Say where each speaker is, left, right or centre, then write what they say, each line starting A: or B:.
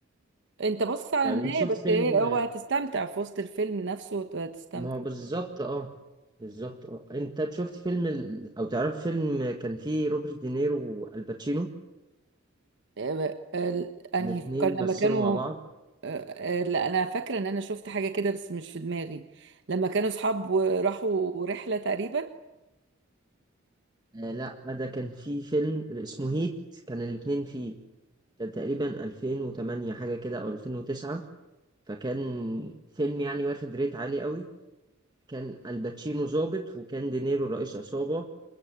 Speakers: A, on the right (about 60°); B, on the right (about 20°).
A: انت بص على
B: طب
A: النهايه
B: انت شفت
A: بس
B: فيلم
A: إيه، هو هتستمتع في وسط الفيلم نفسه هتستمتع
B: ما هو بالظبط اه بالظبط اه انت شفت فيلم ال... او تعرف فيلم كان فيه روبرت دينيرو والباتشينو
A: آه، آه، انهي
B: الاتنين
A: فكرنا
B: مثلوا
A: لما كانوا
B: مع بعض
A: آه، آه، لا انا فاكره ان انا شفت حاجه كده بس مش في دماغي لما كانوا اصحاب وراحوا رحله تقريبا
B: آه لا ده كان فيه فيلم اسمه هيت كان الاتنين فيه كان تقريبا 2008 حاجة كده او 2009 فكان فيلم يعني واخد ريت عالي قوي كان الباتشينو ظابط وكان دينيرو رئيس عصابة